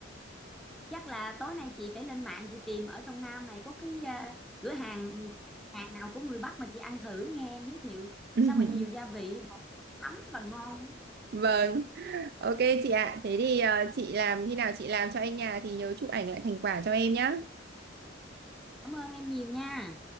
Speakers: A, in the centre; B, on the right.
A: chắc là tối nay chị phải lên mạng chị tìm ở trong Nam này có cái à, cửa hàng hàng nào của người Bắc mà chị ăn thử nghe em giới thiệu
B: <laughs>
A: sao mà nhiều gia vị mà thấm và ngon
B: vâng ok chị ạ thế thì ờ, chị làm khi nào chị làm cho anh nhà thì nhớ chụp ảnh lại thành quả cho em nhá
A: cảm ơn em nhiều nha